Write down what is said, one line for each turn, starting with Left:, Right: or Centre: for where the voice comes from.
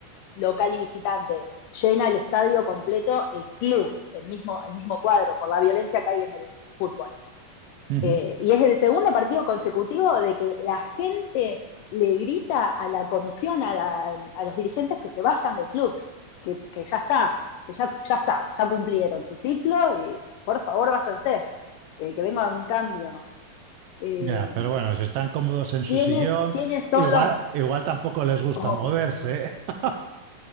Left: local y visitante, llena el estadio completo el club, el mismo, el mismo cuadro, por la violencia que hay en el fútbol.
Right: Ujú.
Left: Eh, y es el segundo partido consecutivo de que la gente le grita a la comisión, a, la- a los dirigentes que se vayan del club, que, que ya está, que ya, ya está, ya cumplieron su ciclo y por favor váyanse, eh, que venga un cambio. Eh,
Right: Ya, pero bueno, si están cómodos en
Left: ¿quiénes,
Right: su sillón,
Left: quiénes son
Right: igual,
Left: los
Right: igual tampoco les gusta
Left: obvios?
Right: moverse. <laughs>